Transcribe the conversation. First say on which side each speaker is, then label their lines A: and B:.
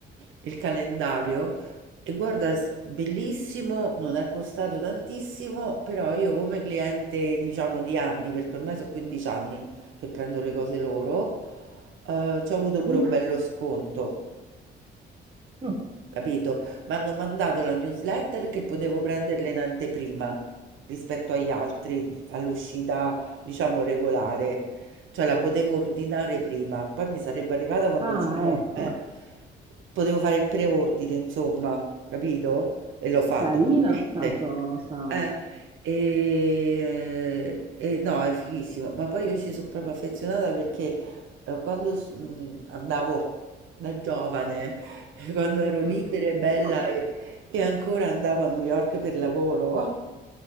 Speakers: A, on the right; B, on the right.
A: il calendario. E guarda, è s- bellissimo, non è costato tantissimo, però io come cliente, diciamo, di anni, perché ormai sono 15 anni che prendo le cose loro, eh, ci ho avuto pure
B: Sì?
A: un bello sconto
B: Mm.
A: capito? Mi hanno mandato la newsletter che potevo prenderla in anteprima rispetto agli altri, all'uscita, diciamo, regolare. Cioè la potevo ordinare prima, poi mi sarebbe arrivata quando
B: Ah,
A: usciva.
B: ecco,
A: eh. Potevo fare il preordine, insomma, capito? E l'ho fatto,
B: carina
A: ovviamente.
B: sta cosa.
A: Eh, e, e no, è fighissimo. Ma poi io ci sono proprio affezionata perché eh, quando s- mh, andavo da giovane <laughs> quando ero libera
B: <laughs>
A: e bella e, e ancora andavo a New York per lavoro.